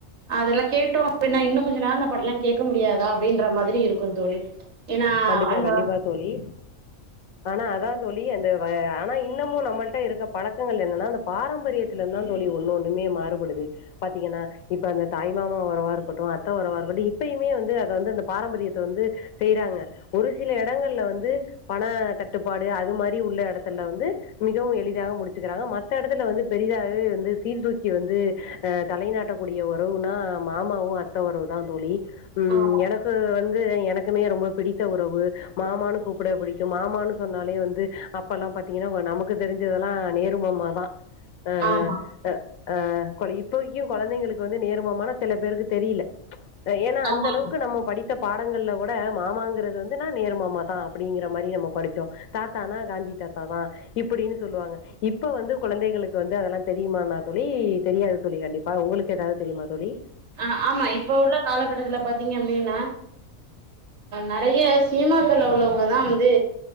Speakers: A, on the right (about 55°); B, on the left (about 85°).
A: அதெல்லா கேட்டோ இப்ப நா இன்னு கொஞ்ச நேரம் அந்த பாட்டல்லா கேட்க முடியாத அப்படின்ற மாதிரி இருக்கும் தோழி ஏன்னா
B: கண்டிப்பா
A: அந்த
B: கண்டிப்பா தோழி ஆனா அதா தோழி அந்த ப ஆனா இன்னமு நம்மள்ட்ட இருக்க பழக்கங்கள் என்னன்னா அந்த பாரம்பரியத்துல இருந்து தா தோழி ஒன்னு ஒண்ணுமே மாறுபடுது பாத்தீங்கன்னா இப்ப அந்த தாய்மா உறவா இருக்கட்டு அத்த உறவா இருக்கட்டு இப்பயுமே வந்து அத வந்து அந்த பாரம்பரியத்த வந்து செய்றாங்க ஒரு சில எடங்கள்ல வந்து பண தட்டுப்பாடு அது மாரி உள்ள எடத்துல வந்து மிகவு எளிதாக முடித் வச்சுக்கிறாங்க மத்த எடத்துல வந்து பெரிதாவது வந்து சீர்தூக்கி வந்து அ தலைநாட்டக்கூடிய உறவுனா மாமாவு அத்த உறவு தா தோழி ம்
A: ஆமா
B: எனக்கு வந் <unintelligible> எனக்குமே ரொம்ப புடிக் அத்த உறவு மாமான்னு கூப்புடு அப்படிண்டு மாமானு சொன்னாலே வந்து அப்பெல்லா பாத்தீங்கன்னா நமக்கு தெரிஞ்சதெல்லா நேரு மாமா மா ஆ
A: ஆமா
B: ஆ ஆ கொழ இப்ப இங்கயு குழந்தைங்களுக்கு வந்து நேர் மாமான சில பேருக்கு தெரியில ஏனா அந்த
A: ஆமா.
B: அளவுக்கு நம்ம படி த்த பாடங்கள்ல கூட மாமாங்குற வந்துனா நேரு மாமா தா அப்படிங்ற மாதிரி நம்ம படிச்சோம் தாத்தானா காந்தி தாத்தா தா இப்படின்னு சொல்லுவாங்க இப்ப வந்து குழந்தைங்களுக் க்குவந்து அதெலா தெரியுமா நா தோழி தெரியாது தோழி கண்டிப்பா உங்களுக்கு ஏதாது தெரியுமா தோழி
A: அஹ் ஆமா இப்ப உள்ள காலகட்டத்துல பாத்தீங்கப்படின்னா நெறைய சினிமாக்கள்ள உள்ளவங்கதா வந்து